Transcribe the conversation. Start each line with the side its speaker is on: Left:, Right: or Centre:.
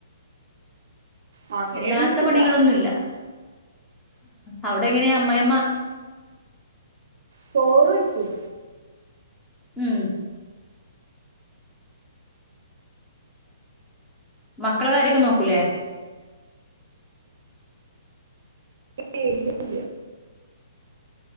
Right: ആഹ് അങ്ങനെയാണെങ്കി
Centre: വല്ലാത്ത
Right: സുഖാ
Centre: പണികളൊന്നുംല്ല അവിടെങ്ങനെയാ അമ്മായിമ്മ
Right: ചോറ് വെക്കും
Centre: ഉം മക്കളെ കാര്യൊക്കെ നോക്കൂലെ
Right: ഏ ഇല്ലല്ല